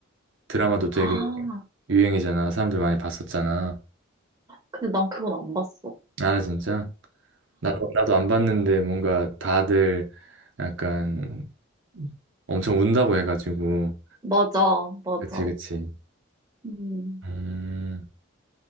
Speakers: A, on the right; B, on the right.
A: 드라마도 되게
B: 아,
A: 유행이잖아. 사람들 많이 봤었잖아.
B: 근데 난 그건 안 봤어.
A: 아, 진짜? 나도, 나도 안 봤는데 뭔가 다들 약간 엄청 운다고 해가지고.
B: 맞아, 맞아.
A: 그치, 그치.
B: 음,
A: 음.